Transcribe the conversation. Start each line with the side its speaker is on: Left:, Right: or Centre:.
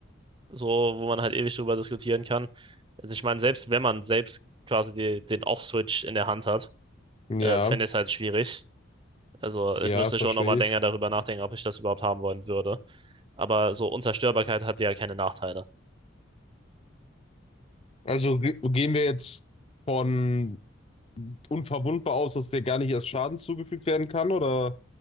Right: so wo man halt ewig drüber diskutieren kann. Also ich meine, selbst wenn man selbst quasi die, den Off-Switch in der Hand hat,
Left: Ja,
Right: äh, finde ich es halt schwierig. Also ich
Left: ja,
Right: müsste
Left: verstehe
Right: schon nochmal länger
Left: ich.
Right: darüber nachdenken, ob ich das überhaupt haben wollen würde. Aber so Unzerstörbarkeit hat ja keine Nachteile.
Left: Also ge gehen wir jetzt von unverwundbar aus, dass dir gar nicht erst Schaden zugefügt werden kann, oder